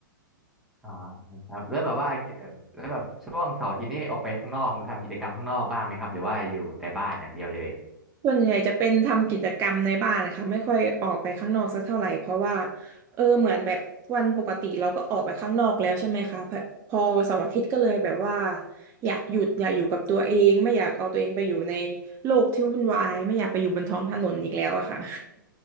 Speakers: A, in the centre; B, on the right.
A: อ่าครับแล้วแบบว่าเอ่อแล้วแบบช่วงเสาร์อาที่นี่ออกไปข้างนอกทำกิจกรรมข้างนอกบ้างไหมครับหรือว่าอยู่แต่บ้านอย่างเดียวเลย
B: ส่วนใหญ่จะเป็นทำกิจกรรมในบ้านนะคะไม่ค่อยออกไปข้างนอกสักเท่าไหร่เพราะว่าเออเหมือนแบบวันปกติเราก็ออกไปข้างนอกแล้วใช่ไหมคะพอพอเสาร์อาทิตย์ก็เลยแบบว่าอยากหยุดอยากอยู่กับตัวเองไม่อยากเอาตัวเองไปอยู่ในโลกที่วุ่นวายไม่อยากไปอยู่บนท้องถนนอีกแล้วอะค่ะ